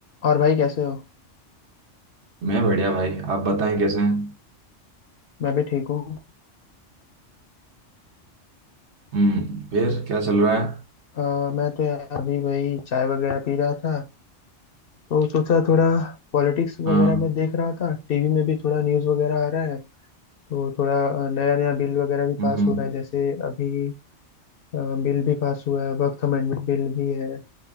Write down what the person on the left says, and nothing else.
और भाई कैसे हो
मैं भी ठीक हूँ
अ, मैं तो यार अभी वही चाय वगैरह पी रहा था तो सोचा थोड़ा पॉलिटिक्स वगैरह
में देख रहा था टीवी में भी थोड़ा न्यूज़ वगैरह आ रहा है तो थोड़ा नया नया बिल वगैरह भी
पास हो रहा है जैसे अभी अ, बिल भी पास हुआ है वक्त अमेंडमेंट बिल भी है